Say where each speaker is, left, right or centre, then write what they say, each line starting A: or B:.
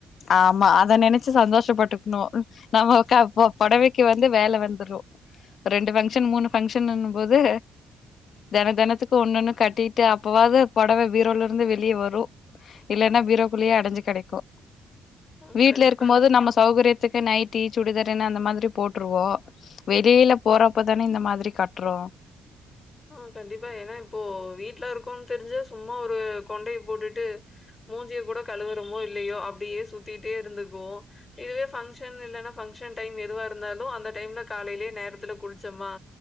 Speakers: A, on the left (about 60°); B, on the left (about 30°).
A: ஆமா அத நெனச்சு சந்தோஷபட்டுகுணு நம்ம உக்க போ பொடவக்கு வந்து வேல வந்துரு ரெண்டு ஃபங்க்ஷன் மூணு ஃபங்க்ஷன்னுன்ம் போது தென தெனத்துக்கு ஒண்ணு ஒண்ணு கட்டிட்டு அப்பவாது பொடவ பீரோல்லா இருந்து வெளியே வரு இல்லேன்னா பீரோக்குள்ளேயே அடைஞ்சு கெடக்கு
B: அ
A: வீட்ல
B: கண்டிப்பா.
A: இருக்கு போது நம்ம சௌகரியத் த்துக்கு நைட்டி சுடிதாரூணு அந்த மாதிரி போட்டுருவோ வெளியில போறப்பதான இந்த மாதிரி கட்றோம்
B: ஆ கண்டிப்பா ஏனா இப்போ வீட்லருக்கோனு தெரிஞ்சா சும்மா ஒரு கொண்டய போட்டுட்டு மூஞ்சிய கூட கழுவுரோமோ இல்லயோ அப்டியே சுத்திட்டே இருந்துக்குவோ இதுவே பங்க்ஷன் இல்லன்னா பங்க்ஷன் டைம் எதுவா இருந்தாலு அந்த டைம்ல காலையிலே நேரத்துல குளிச்சம்மா